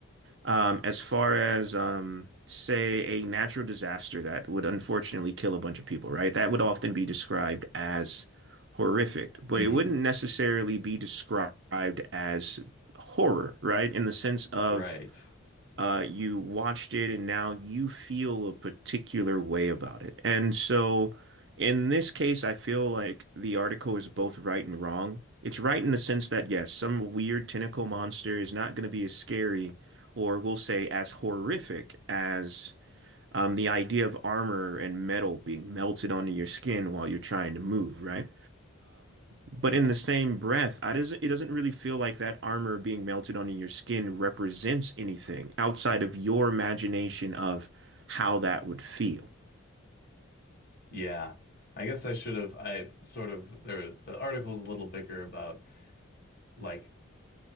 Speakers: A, on the right (about 55°); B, on the left (about 45°).
A: Um, as far as um, say a natural disaster that would unfortunately kill a bunch of people, right? That would often be described as horrific, but
B: hmm
A: it wouldn't necessarily be described as horror, right? In the sense of
B: right
A: uh, you watched it and now you feel a particular way about it. And so in this case, I feel like the article is both right and wrong. It's right in the sense that, yes, some weird tentacle monster is not going to be as scary or we'll say as horrific as um, the idea of armor and metal being melted onto your skin while you're trying to move, right? But
B: yeah
A: in the same breath, I doesn't it doesn't really feel like that armor being melted onto your skin represents anything outside of your imagination of how that would feel.
B: yeah I guess I should have I sort of there the article's a little bigger about like